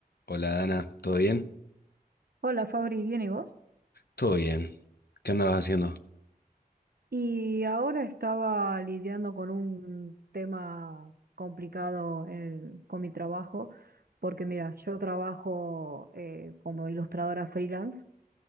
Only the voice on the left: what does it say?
Hola Dana, ¿todo bien?
Todo bien. ¿Qué andabas haciendo?